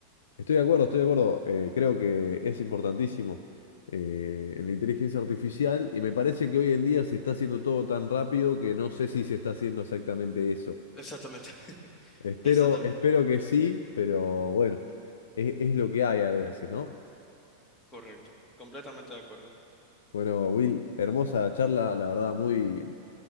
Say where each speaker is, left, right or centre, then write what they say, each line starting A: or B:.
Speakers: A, on the left (about 60°); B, on the left (about 25°).
A: Estoy de acuerdo, estoy de acuerdo. Eh, creo que es importantísimo eh, la inteligencia artificial y me parece que hoy en día se está haciendo todo tan rápido que no sé si se está haciendo exactamente eso.
B: Exactamente.
A: Espero,
B: <laughs> Exactamente.
A: espero que sí, pero bueno, es, es lo que hay a veces, ¿no?
B: Correcto. Completamente de acuerdo.
A: Bueno, Will, hermosa charla, la verdad, muy,